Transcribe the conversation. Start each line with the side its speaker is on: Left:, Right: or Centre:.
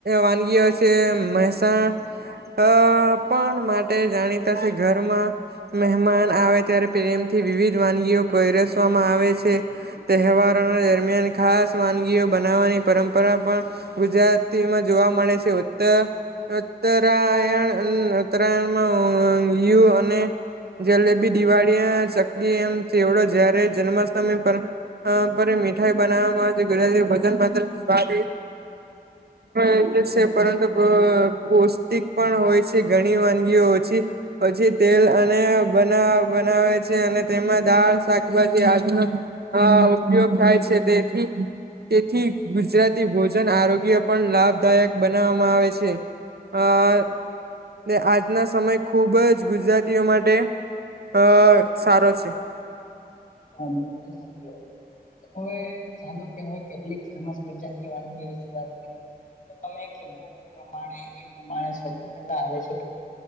Right: વાનગી હોય છે મહેસાણા, અ પણ માટે જાણીતાશે ઘરમાં મહેમાન આવે ત્યારે પ્રેમથી વિવિધ વાનગીઓ પરરસવામાં આવે છે. તહેવારોના દરમિયાન ખાસ વાનગીઓ બનાવવાની પરંપરા પણ ગુજરાતીમાં જોવા મળે છે ઉત્તર ઉત્તરાયણ ઉત્તરાયણમાં યુ અને જલેબી દિવાળી ચકલી એમ ચવડો જયારે જન્માષ્ટમી પર પર મીઠાઈ બનાવવામાં ગુજરાતી ભજન પાત્ર હા એ તો છે પરંતુ પૌષ્ટિક પણ હોય છે ઘણી વાનગીઓ ઓછી પછી તેલ અને બ બનાવે છે અને તેમાં દાળ, શાકભાજી આજ હા ઉપયોગ થાય છે તેથી તેથી ગુજરાતી ભોજન આરોગ્ય પણ લાભદાયક બનાવવામાં આવે છે. <inaudible> આજના સમય ખુબ જ ગુજરાતીઓ માટે અ સારો છે.
Left: <inaudible> તો હવે ચાલો કે હવે કેટલીક ફેમસ ગુજરાતી વાનગી વિશે વાત કરીએ તો તમે કીધું પ્રમાણે એ પ્રમાણે સૌથી પહેલા આવે છે